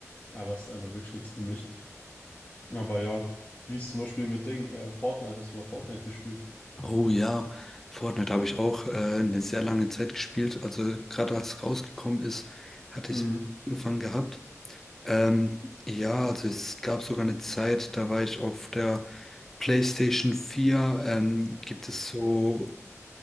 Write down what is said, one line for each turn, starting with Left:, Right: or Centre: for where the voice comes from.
Left: aber es ist einfach wirklich nichts für mich. Aber ja, wie ist zum Beispiel mit Ding, äh, Fortnite, hast du mal Fortnite gespielt?
Centre: Oh ja, Fortnite habe ich auch äh, eine sehr lange Zeit gespielt. Also gerade als es rausgekommen ist, hatte
Left: Mhm.
Centre: ich es angefangen gehabt. Ähm, ja, also es gab sogar eine Zeit, da war ich auf der PlayStation vier. Ähm, gibt es so